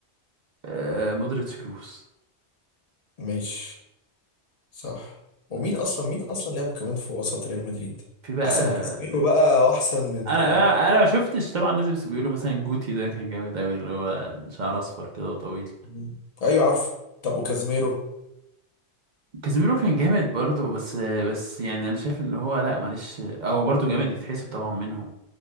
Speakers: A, on the right; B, on the left.
A: آه مودريتش كروس
B: ماشي صح ومين
A: مم.
B: اصلا مين اصلا لعبوا كمان في وسط ريال مدريد
A: في بقى
B: احسن من كازيميرو بقى واحسن من
A: انا انا ما شفتش طبعا الناس بس بيقولوا مثلا جوتي ده كان جامد قوي اللي هو شعر اصفر كده وطويل
B: مم. ايوه عارفه طب وكازيميرو
A: كازيميرو كان جامد برضه بس بس يعني انا شايف ان هو لا معلش آه، هو برضه جامد يتحسب طبعا منهم